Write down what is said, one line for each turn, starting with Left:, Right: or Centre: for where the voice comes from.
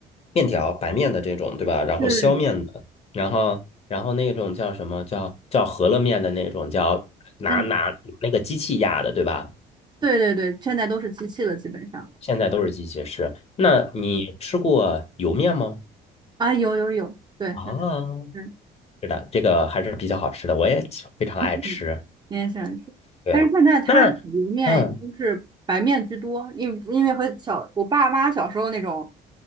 Left: 面条、白面的这种，对吧？然后削面的，
Right: 是，
Left: 然后然后那种叫什么叫叫饸饹面的那种，叫拿拿拿那个机器压的，
Right: 哎，
Left: 对吧？
Right: 对对对，现在都是机器了，基本上，
Left: 现在都是机械式。那你吃过油面吗？
Right: 对，啊，有有有，对，
Left: 啊，
Right: 很出，对，
Left: 是的，这个还是比较好吃的，我也喜非常爱吃。
Right: 嗯，你也喜欢吃，
Left: 对，
Right: 但是现在它里面也都是白面居多，
Left: 那嗯，
Right: 因为因为和小我爸妈小时候那种